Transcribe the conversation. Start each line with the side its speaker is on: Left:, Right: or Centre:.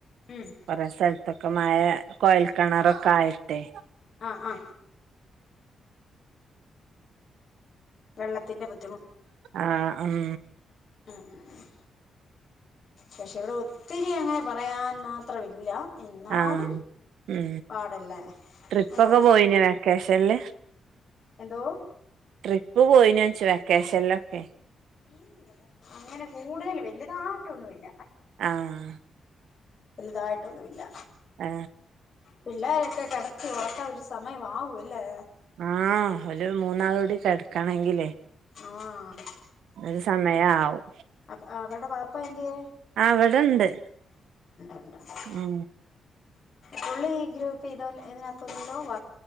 Left: ഉം
Right: കൊറേ സ്ഥൽ ത്തൊക്കെ മയ കൊയൽ കെണറൊക്കെ ആയിട്ടെ
Left: ആ ആ വെള്ളത്തിന്റെ ബു
Right: ആ ഉം
Left: ഉം ഉം ഉം പക്ഷെ ഇവിടെ ഒത്തിരി അങ്ങനെ പറയാൻ മാത്രമില്ല എന്നാലും
Right: ആ മ്
Left: പാടല്ലേ
Right: ട്രിപ്പൊക്കെ
Left: അല്ലെ
Right: പോയിനോ വെക്കേഷൻല്
Left: എന്തോ
Right: ട്രിപ്പ് പോയിനോച്ചെ വെക്കേഷനിലൊക്കെ
Left: ന്നില്ലല്ലേ അങ്ങനെ കൂടുതൽ വലുതായിട്ടൊന്നുമില്ല
Right: ആഹ്
Left: വലുതായിട്ടൊന്നുമില്ല
Right: ആ
Left: പിള്ളേരൊക്കെ കെടത്തി ഉറക്കാൻ ഒരു സമയംമാവുംല്ലേ
Right: ആ ഓല് മൂന്നാളൂടി കെടക്കണെങ്കിലെ
Left: ആ
Right: അത് സമയാവും
Left: അപ് അവരുടെ വാപ്പ എന്ത്യേ
Right: അവട്ണ്ട്
Left: ഉണ്ട് ഉണ്ട്
Right: ആ
Left: പുള്ളി ഈ ഗ്രൂപ്പ് ഇത ഇതിനകത്തണ്ടോ വ